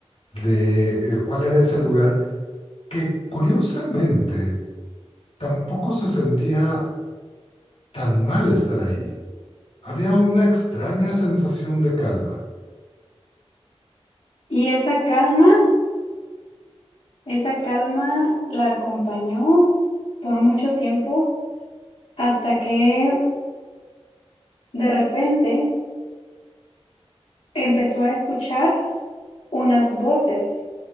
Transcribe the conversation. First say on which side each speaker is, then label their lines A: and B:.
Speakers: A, on the left (about 65°); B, on the left (about 75°).
A: de eh, cuál era ese lugar que curiosamente tampoco se sentía tan mal estar ahí. Había una extraña sensación de calma,
B: Y esa calma, esa calma la acompañó por mucho tiempo hasta que de repente empezó a escuchar unas voces